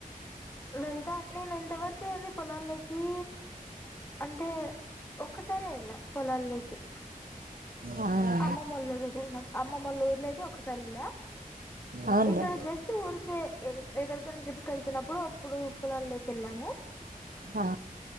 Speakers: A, on the left; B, on the right.
A: వెళ్తా నేను ఎంతవరకేంది పొలాల్లోకి అంటే ఓ క సారే వేలా పోలాల్లోకి
B: అవునా?
A: అమ్మమ వాళ్ళ దగ్గర అమ్మమ్మ వాళ్ళ ఊర్లో అయితే ఒకసారి వెళ్ళా
B: అవునులే.
A: ఇక్కడ జస్ట్ ఊరికే ఎక్కడికి నేను ట్రిప్ కి వెళ్తున్నప్పుడు అప్పుడు పొలాలు ల్లోకి వెళ్ళాము
B: ఆ!